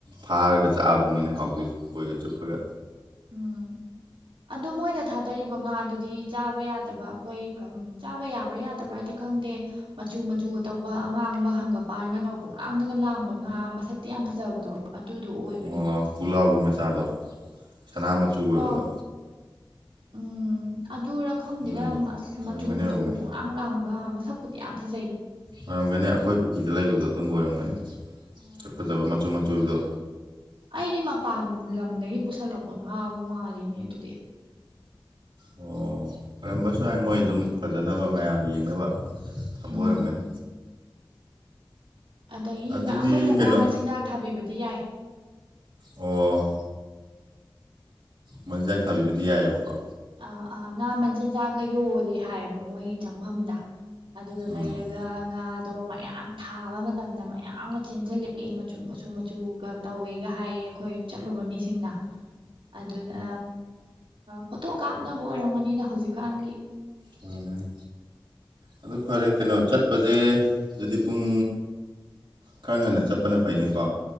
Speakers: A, on the right; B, on the right.
A: ꯐꯥꯔꯒ ꯆꯥꯛꯕꯗꯨꯅꯤꯅꯦ ꯍꯥꯎꯗꯣꯏꯁꯦ ꯈꯣꯏꯒ ꯆꯨꯞꯄꯒ
B: ꯎꯝ ꯑꯗꯣ ꯃꯣꯏꯅ ꯊꯥꯗꯔꯤꯕ ꯉꯥꯗꯨꯗꯤ ꯆꯥꯕ ꯌꯥꯗꯕ ꯑꯩꯈꯣꯏ ꯆꯥꯕ ꯌꯥꯕ꯭ꯔꯥ ꯌꯥꯗꯕ꯭ꯔꯗꯤ ꯈꯪꯗꯦ ꯃꯆꯨ ꯃꯆꯨꯒ ꯇꯧꯕ ꯑꯉꯥꯡꯕ ꯍꯪꯒꯄꯥꯟꯒ ꯇꯧꯕ ꯄꯨꯡ ꯂꯥꯡꯗꯒ ꯂꯥꯡꯕ ꯉꯥ ꯃꯁꯛꯇꯤ ꯌꯥꯝ ꯐꯖꯕꯗꯣ ꯑꯗꯨꯗꯣ ꯑꯣꯏꯕꯅꯤ
A: ꯑꯣ ꯄꯨꯂꯥꯎꯕꯤ ꯃꯆꯥꯗꯣ ꯁꯅꯥ ꯃꯆꯨ
B: ꯄꯨꯛꯂꯥꯎ
A: ꯑꯣꯏꯕꯗꯣ
B: ꯎꯝ ꯑꯗꯨꯔ ꯈꯪꯗꯦꯗ
A: ꯑꯗꯨ ꯑꯣꯏꯔꯝꯒꯅꯤ
B: ꯑꯁ ꯃꯆꯨ
A: ꯑꯣꯏꯔꯝꯒꯅꯤ
B: ꯃꯆꯨꯒ ꯄꯣꯡꯂꯥꯡ
A: ꯑꯣꯏꯔꯝꯒꯅꯤ
B: ꯂꯥꯡꯕ ꯃꯁꯛꯄꯨꯗꯤ ꯌꯥꯝ ꯐꯖꯩ
A: ꯑꯣꯏꯔꯝꯒꯅꯤ ꯑꯩꯈꯣꯏ ꯄꯨꯈ꯭ꯔꯤꯗ ꯂꯩꯕꯗꯣ ꯑꯗꯨꯝꯕ ꯑꯣꯏꯔꯝꯒꯅꯤ
B: ꯑꯣ
A: ꯐꯖꯕ ꯃꯆꯨ ꯃꯆꯨꯗꯣ
B: ꯑꯩꯗꯤ ꯃꯄꯥꯟ ꯂꯝꯗꯒꯤ ꯄꯨꯁꯜꯂꯛꯄ ꯉꯥꯕꯨ ꯃꯥꯜꯂꯤꯅꯦ ꯑꯗꯨꯗꯤ
A: ꯑꯣ ꯑꯣꯏꯔꯝꯕꯁꯨ ꯍꯥꯏ ꯃꯣꯏ ꯑꯗꯨꯝ ꯐꯖꯅꯕ ꯃꯌꯥꯝ ꯌꯦꯡꯅꯕ ꯊꯝꯕ
B: ꯎꯝ
A: ꯑꯣꯏꯔꯝꯒꯅꯤ
B: ꯑꯗꯒꯤ
A: ꯑꯗꯨꯗꯤ
B: ꯑꯩꯈꯣꯏꯅ
A: ꯀꯩꯅꯣ
B: ꯉꯥ ꯃꯆꯤꯟꯖꯥꯛ ꯊꯥꯕꯤꯕꯗꯤ ꯌꯥꯏ
A: ꯑꯣ ꯃꯆꯤꯟꯖꯥꯛ ꯊꯥꯕꯤꯕꯗꯤ ꯌꯥꯏꯑꯕꯀꯣ
B: ꯉꯥ ꯃꯆꯤꯟꯖꯥꯛꯀ ꯌꯣꯜꯂꯦ ꯍꯥꯏꯌꯦꯕ ꯃꯣꯏ ꯆꯪꯐꯝꯗ ꯑꯗꯨꯗ
A: ꯎꯝ
B: ꯂꯩꯔꯒ ꯉꯥꯗꯣ ꯃꯌꯥꯝ ꯊꯥꯕ ꯃꯇꯝꯗ ꯃꯌꯥꯝꯒ ꯆꯦꯟꯁꯤꯜꯂꯛꯑꯦ ꯃꯆꯨ ꯃꯆꯨ ꯃꯆꯨꯒ ꯇꯧꯋꯦꯒ ꯍꯥꯏꯌꯦ ꯑꯩꯈꯣꯏ ꯆꯠꯂꯨꯕ ꯃꯤꯁꯤꯡꯅ ꯑꯗꯨꯅ ꯐꯣꯇꯣ ꯀꯥꯞꯅꯕ ꯑꯣꯏꯔꯝꯒꯅꯤꯗ ꯍꯧꯖꯤꯛꯀꯥꯟꯒꯤ
A: ꯑꯣꯏꯔꯝꯒꯅꯤ ꯑꯗꯨ ꯐꯔꯦ ꯀꯩꯅꯣ ꯆꯠꯄꯁꯦ ꯑꯗꯨꯗꯤ ꯄꯨꯡ ꯈꯔ ꯉꯟꯅ ꯆꯠꯄꯅ ꯐꯩꯅꯦꯀꯣ